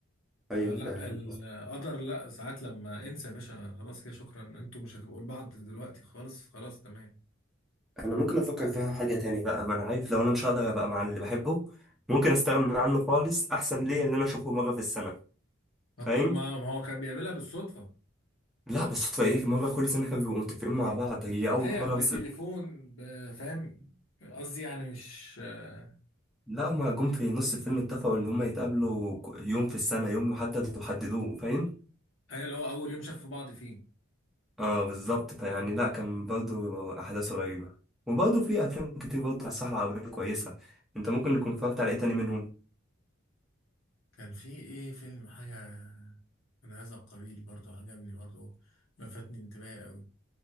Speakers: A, on the left; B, in the centre.
A: فلا
B: أيوه فعلا
A: القدر لا ساعات لما انسى يا باشا خلاص كده شكرا انتوا مش هتبقوا لبعض دلوقتي خالص خلاص تمام
B: أنا ممكن أفكر فيها حاجة تاني بقى ما أنا عارف لو أنا مش هقدر أبقى مع اللي بحبه ممكن أستغنى عنه خالص أحسن ليا اللي أنا أشوفه مرة في السنة
A: ما انتوا
B: فاهم؟
A: ما ما هو كان بيقابلها بالصدفة
B: لا بس صدفة ايه مرة كل سنة كانوا بيبقوا متفقين مع بعض هي أول
A: هي
B: مرة
A: بتليفون
B: بس
A: ب- فاهم قصدي يعني مش آه،
B: لا هما جم في نص الفيلم اتفقوا إن هما يتقابلوا ك- يوم في السنة يوم محدد وحددوه فاهم؟
A: هي اللي هو اول يوم شافوا بعض فيه
B: اه بالظبط فيعني لا كان برضه أحداثه غريبة وبرضه في أفلام كتير برضه على الساحة العربية كويسة أنت ممكن تكون اتفرجت على إيه تاني منهم؟
A: كان في ايه فيلم حاجة من هذا القبيل برضه عجبني برضه لفتني انتباهي قوي